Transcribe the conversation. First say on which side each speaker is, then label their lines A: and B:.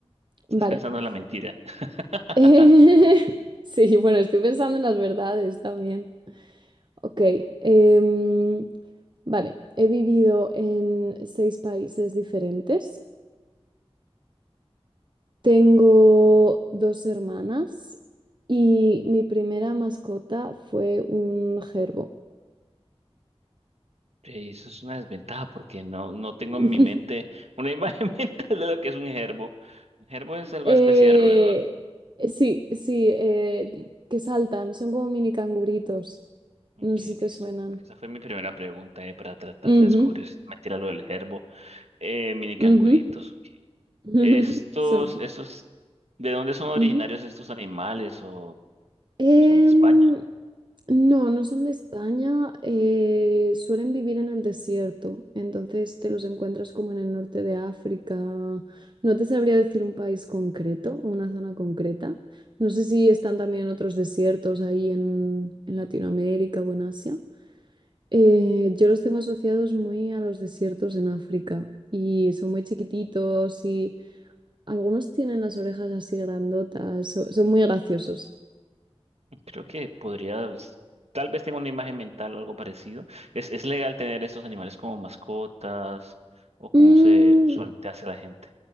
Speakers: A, on the right; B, on the right.
A: Estás
B: mm. Vale.
A: pensando en
B: <laughs>
A: la mentira. <laughs>
B: Eh, sí, bueno, estoy pensando en las verdades también. Ok. em, vale. He vivido en seis países diferentes. Tengo dos hermanas y mi primera mascota fue un gerbo.
A: Eh, Eso es una desventaja porque no, no tengo
B: <laughs>
A: en mi mente una imagen <laughs> mental de lo que es un gerbo. Un gerbo es alguna
B: Eh,
A: especie de roedor.
B: sí, sí, eh, que saltan, son como mini canguritos.
A: Ok,
B: No sé si te
A: listo.
B: suenan.
A: Porque esa fue mi primera pregunta, eh, para tratar
B: Ujú,
A: de descubrir si es mentira lo del gerbo. Eh, mini
B: ujú.
A: canguritos.
B: <laughs>
A: Estos,
B: Son.
A: estos, ¿de dónde son originarios
B: ujú.
A: estos animales o
B: Em,
A: son de España?
B: No, no son de España, eh, suelen vivir en el desierto, entonces te los encuentras como en el norte de África. No te sabría decir un país concreto, una zona concreta. No sé si están también otros desiertos ahí en, en Latinoamérica o en Asia. Eh, yo los tengo asociados muy a los desiertos en África y son muy chiquititos y algunos tienen las orejas así grandotas, so- son muy graciosos.
A: Creo que podría, s- tal vez tenga una imagen mental o algo parecido. ¿Es, es legal tener estos animales como mascotas o como
B: Mm,
A: se usualmente hace la gente?